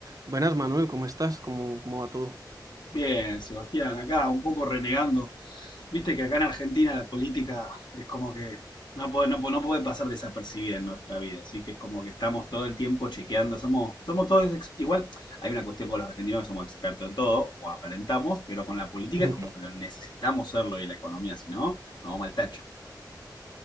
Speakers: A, on the right; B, on the left.
A: Buenas, Manuel, ¿cómo estás? ¿Cómo, cómo va todo?
B: Bien, Sebastián, acá un poco renegando. Viste que acá en Argentina la política es como que no puede, no, puede- no puede pasar desapercibida en nuestra vida, así que es como que estamos todo el tiempo chequeando, somos, somos todos, ex- igual hay una cuestión con los argentinos que somos expertos en todo, o aparentamos, pero con la política
A: <laughs>
B: es como que lo necesitamos serlo y la economía, si no, nos vamos al tacho,